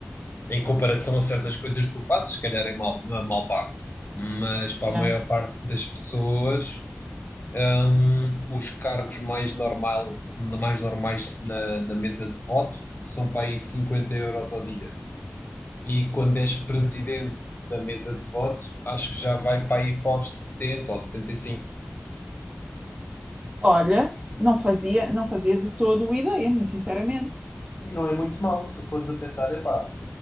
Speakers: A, on the left (about 55°); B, on the right (about 25°).
A: Em comparação a certas coisas que tu fazes, se calhar é mal, não é mal pago. Mas para
B: Yeah.
A: a maior parte das pessoas, hum, os cargos mais, normal, mais normais na, na mesa de voto são para aí 50 euros ao dia. E quando és presidente da mesa de voto, acho que já vai para aí para os 70 ou setenta E cinco
B: Olha, não fazia, não fazia de todo ideia, muito sinceramente.
A: e não é muito mal, se tu fores a pensar, epá,